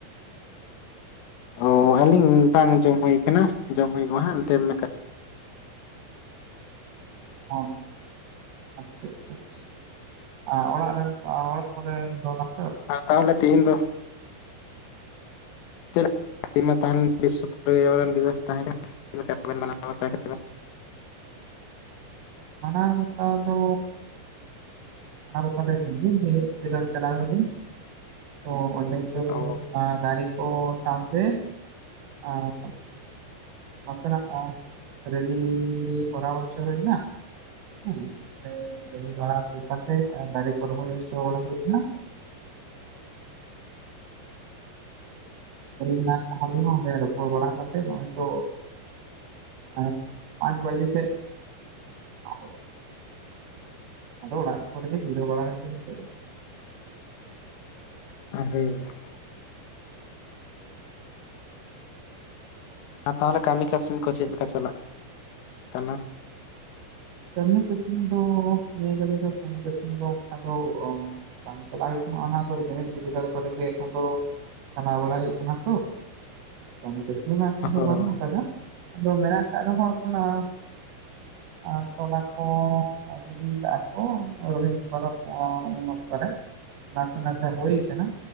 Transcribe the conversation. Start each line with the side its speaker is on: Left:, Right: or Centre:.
Left: ᱚ ᱟᱹᱞᱤᱧ ᱵᱟᱝ ᱡᱚᱢ ᱦᱳᱭ ᱠᱟᱱᱟ, ᱡᱚᱢ ᱦᱩᱭᱩᱜᱼᱟ ᱦᱟᱸᱜ ᱮᱱᱛᱮ ᱢᱮ
Right: ᱚᱸ ᱟᱪᱪᱷᱟ ᱟᱪᱪᱷᱟ ᱟᱪᱪᱷᱟ ᱾ ᱟᱨ ᱚᱲᱟᱜ ᱨᱮᱱ ᱟᱨ ᱚᱲᱟᱜ ᱠᱚᱨᱮ ᱫᱚ ᱱᱟᱯ
Left: ᱟᱨ ᱛᱟᱦᱚᱞᱮ ᱛᱮᱦᱤᱧ ᱫᱚ ᱪᱮᱫ ᱛᱮᱦᱮᱧ ᱢᱟ ᱛᱟᱦᱮᱸ ᱞᱮᱱ ᱵᱤᱥᱥᱚ ᱯᱚᱨᱭᱟᱵᱚᱱ ᱫᱤᱵᱚᱥ ᱛᱟᱦᱮᱸ ᱠᱟᱱᱟ ᱪᱮᱫ ᱞᱮᱠᱟᱵᱮᱱ ᱢᱟᱱᱟᱣ ᱵᱟᱛᱟᱣ ᱠᱮᱫᱟ?
Right: ᱢᱟᱱᱟᱣ ᱵᱟᱛᱟᱣ ᱫᱚᱻ ᱢᱟᱱᱟᱣ ᱵᱟᱛᱟᱣ ᱦᱳᱭ ᱞᱮᱱ ᱜᱮᱭᱟ ᱡᱮᱸᱜᱮᱫ ᱵᱤᱫᱽᱫᱟᱹᱜᱟᱲ ᱪᱟᱞᱟᱣ ᱦᱩᱭ ᱞᱮᱱᱟ, ᱛᱚ ᱚᱸᱰᱮ ᱫᱚ
Left: ᱚ
Right: ᱟᱨ ᱫᱟᱨᱮ ᱠᱚ ᱥᱟᱶᱛᱮ, ᱟᱨ ᱱᱟᱥᱮᱱᱟᱜ ᱟᱸ ᱨᱮᱞᱤᱻ ᱠᱚᱨᱟᱣ ᱦᱩᱭ ᱱᱟ ᱦᱮᱸ, ᱚᱸᱰᱮ ᱨᱮᱞᱤ ᱵᱟᱲᱟ ᱦᱩᱭ ᱠᱟᱛᱮ ᱫᱟᱨᱮ ᱠᱚ ᱨᱚᱦᱚᱭ ᱪᱚ ᱵᱟᱲᱟ ᱦᱳᱭ ᱱᱟ ᱦᱳᱭ ᱱᱟ ᱛᱟᱦᱞᱮ ᱚᱸᱰᱮ ᱨᱚᱯᱚᱲ ᱵᱟᱲᱟ ᱠᱟᱛᱮᱜ ᱱᱚᱜ-ᱚᱭ ᱛᱚ ᱟᱨ ᱯᱟᱸᱪ ᱵᱟᱡᱮ ᱥᱮᱫ <unintelligible> ᱟᱫᱚ ᱚᱲᱟᱜ ᱠᱚᱨᱮ ᱜᱮ ᱡᱤᱨᱟᱹᱣ ᱵᱟᱲᱟ ᱦᱳᱭ ᱠᱟᱱᱟ ᱦᱤᱛᱚᱜ ᱫᱚ ᱾
Left: <unintelligible> ᱟ ᱛᱟᱦᱚᱞᱮ ᱠᱟᱹᱢᱤ ᱠᱟᱹᱥᱱᱤ ᱠᱚ ᱪᱮᱫ ᱞᱮᱠᱟ ᱪᱟᱞᱟᱜ ᱠᱟᱱᱟ?
Right: ᱠᱟᱹᱢᱤ ᱠᱟᱹᱥᱱᱤ ᱫᱚ ᱱᱤᱭᱟᱹ ᱜᱷᱟᱹᱲᱤᱡ ᱫᱚ ᱠᱟᱹᱢᱤ ᱠᱟᱹᱥᱱᱤ ᱫᱚ ᱚᱱᱠᱟ ᱫᱚ ᱚᱸ ᱵᱟᱝ ᱪᱟᱞᱟᱣ ᱦᱳᱭ ᱠᱟᱱᱟ ᱾ ᱚᱱᱟ ᱠᱚ ᱡᱮᱸᱜᱮᱫ ᱵᱤᱨᱫᱟᱹᱜᱟᱲ ᱠᱚᱨᱮ ᱜᱮ ᱮᱠᱷᱚᱱ ᱫᱚ ᱪᱟᱞᱟᱣ ᱵᱟᱲᱟ ᱦᱳᱭᱳᱜ ᱠᱟᱱᱟ ᱛᱚ ᱾ ᱠᱟᱹᱢᱤ ᱠᱟᱹᱥᱱᱤ ᱢᱟ ᱮᱠᱷᱚᱱ ᱫᱚ
Left: ᱦᱳᱭ
Right: ᱵᱟᱹᱱᱩᱜ ᱠᱟᱫᱟ ᱟᱫᱚ ᱢᱮᱱᱟᱜ ᱟᱠᱟᱫ ᱨᱮᱦᱚᱸ ᱮᱠᱷᱱ ᱟᱸᱻ ᱟᱨ ᱛᱚᱞᱟ ᱠᱚᱻ ᱟᱨ ᱜᱤᱫᱤ ᱭᱟᱠᱟ ᱟᱠᱚ ᱨᱳᱦᱤᱱᱡᱤ ᱯᱚᱨᱚᱵ ᱩᱱ ᱚᱠᱛᱚᱨᱮ ᱱᱟᱥᱮ-ᱱᱟᱥᱮ ᱦᱩᱭ ᱟᱠᱟᱱᱟ᱾